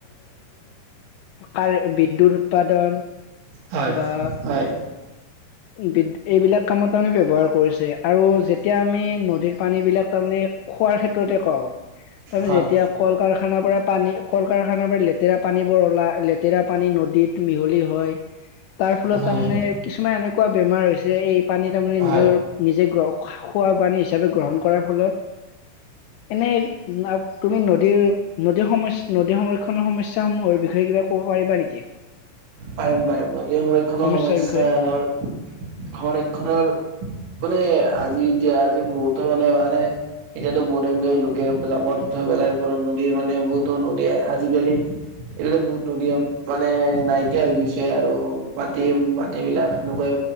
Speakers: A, on the left; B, on the right.
A: কাৰে বিদ্যুৎ উৎপাদন
B: হয়
A: বা
B: হয়
A: বি এইবিলাক কামত তামানে ব্যৱহাৰ কৰিছে আৰু যেতিয়া আমি নদীৰ পানীবিলাক তামানে খোৱাৰ ক্ষে ত্ৰতে কওঁ, ত আমি
B: হয়
A: যেতিয়া কল কাৰ খানাৰ পৰা পানী কল কাৰখানাৰ পৰা লে লেতেৰা পানী বোৰ ওলাই লে তেৰা পানী নদীত মিহলি হয়। তাৰ ফলত
B: হয়
A: তামানে কিছুমান এনেকুৱা বেমাৰ হৈছে এই পানী তামানে নিজৰ
B: হয়।
A: নিজে গ্ৰ খোৱা পানী হিচাপে গ্ৰহণ কৰাৰ ফলত এনে ন তুমি নদীৰ নদী সমস্য নদী সংৰক্ষণৰ সমস্যাসমূহৰ বিষয়ে কিবা ক'ব পাৰিবা নেকি?
B: পাৰিম পাৰিম নদী সংৰক্ষণৰ
A: সমস্যাৰ
B: সমস্যা
A: বিষয়ে?
B: ধৰ সংৰক্ষণৰ মানে আজি এতিয়া আজি বহুতো মানে মানে এতিয়াতো বহুত সংখ্যক লোকে জাবৰ- জোথৰ পেলাই প নদীৰ মানে বহুতো নদী আজিকালি এইবিলাক বহুত নদী মানে নাইকি কিয়া হৈ গৈছে আৰু মাটি মাটি বিলাক সেনেকুৱাই